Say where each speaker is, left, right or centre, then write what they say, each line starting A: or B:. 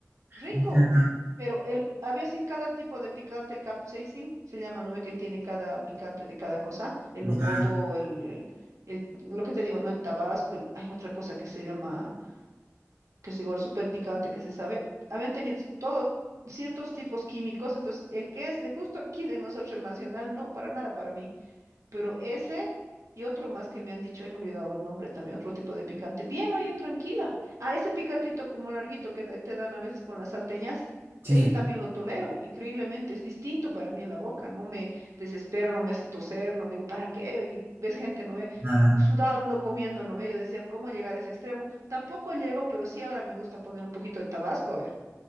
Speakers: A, on the right (about 85°); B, on the right (about 40°).
A: rico.
B: o sea,
A: Pero el, había así cada tipo de picante, el capsaicin, se llama, ¿no ve que tiene cada picante de cada cosa? El
B: ya,
A: locoto, el, el, el- lo que te digo, ¿no? El tabasco, el- hay otra cosa que se llama que es igual súper picante que se sabe, habían tenido todo ciertos tipos químicos, entonces el que es de justo aquí de nosotros el nacional, no, para nada para mí. Pero ese y otro más que me han dicho, ay, me he olvidado el nombre también, otro tipo de picante. Bien, oye, tranquila. Ah, ese picantito como larguito que da- te dan a veces con las salteñas,
B: sí,
A: ese también lo tolero, increíblemente. Es distinto para mí en la boca, no me desespera, no me hace toser, no digo, ¿para qué? Y ves gente, ¿no ve?
B: nada.
A: sudando, comiendo, ¿no ve? Yo decía, ¿cómo llegar a ese extremo? Tampoco llego, pero sí ahora me gusta poner un poquito de tabasco, a ver.